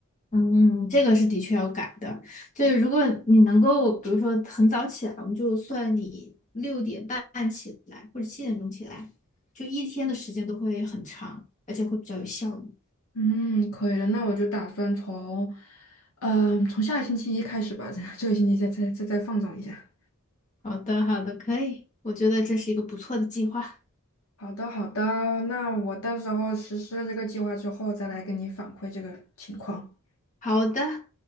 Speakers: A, on the left (about 35°); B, on the left (about 70°).
A: 嗯，这个是的确要改的。就是如果你能够，比如说很早起来，我们就算你六点半起来或者七点钟起来，就一天的时间都会很长，而且会比较有效率。
B: 嗯，可以的，那我就打算从，嗯、从下个星期一开始吧，这这个星期再再再再放纵一下。
A: 好的，好的，可以，我觉得这是一个不错的计划。
B: 好的，好的，那我到时候实施了这个计划之后，再来跟你反馈这个情况。
A: 好的。